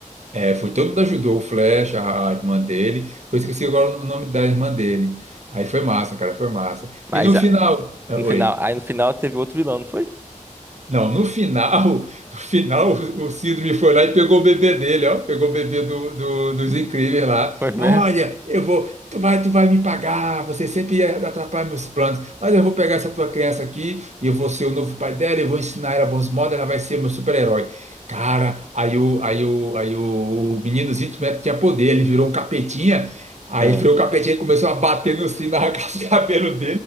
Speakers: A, on the right; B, on the right.
A: É, foi todo mundo ajudou, o Flash, a, a irmã dele. Que eu esqueci agora o nome da irmã dele. Aí foi massa, cara, foi massa.
B: Mas
A: E no final,
B: ah,
A: ah,
B: no
A: oi.
B: final, aí no final teve outro vilão, não foi?
A: Não, no final, <laughs> no final o, o Síndrome foi lá e pegou o bebê dele, ó, pegou o bebê do, do- dos incríveis lá.
B: Foi mesmo?
A: Olha, eu vou, tu vai, tu vai me pagar, você sempre atrapalha meus planos, mas eu vou pegar essa tua criança aqui e eu vou ser o novo pai dela, eu vou ensinar ela bons modos, ela vai ser meu super-herói. Cara, aí o, aí o, aí o, o meninozinho tinha tinha poder, ele virou um capetinha, aí
B: Ah,
A: foi o capetinha e começou a bater no sino, <laughs> arrancar os cabelos